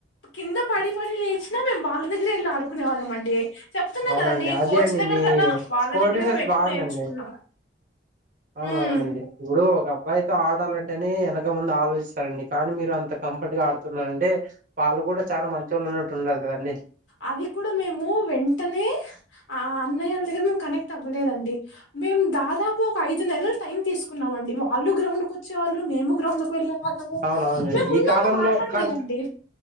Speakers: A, on the left; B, on the right.
A: కింద పడి పడి లేచిన మేము వాళ్ళ దగ్గరేళ్ళి ఆడుకునేవాళ్ళం అండి చెప్తున్నా
B: అవునండి
A: కదండి
B: అదే
A: కోచ్
B: అండి
A: దగ్గర
B: మీ
A: కన్నా వాళ్ళ
B: స్పోర్టివ్నెస్
A: దగ్గరే మేము ఎక్కువ
B: బాగుందండి
A: నేర్చుకున్నాం
B: అవునవునండి
A: ఉమ్
B: ఇప్పుడు ఒక అబ్బాయితో ఆడాలంటే అని వెనక ముందు ఆలోచిస్తారండి కానీ మీరు అంత కంఫర్ట్ గా ఆడు స్తున్నాంటే వాళ్ళ కూడా చాలా మంచోళ్లు ఉన్నట్టు ఉన్నారు కదండి
A: అది కూడా మేము వెంటనే ఆ అన్నయ్యల దగ్గర మేము కనెక్ట్ అవ్వలేదండి మేం దాదాపు ఒక ఐదు నెలలు టైమ్ తీసుకున్నాండి వాళ్ళు గ్రౌండ్ కు వచ్చే వాళ్ళ మేము గ్రౌండ్కి వెళ్ళాము
B: అవునవునండి
A: మేము ముందంత
B: ఈ కాలంలో
A: మాట్లాడలేదండి
B: కాదు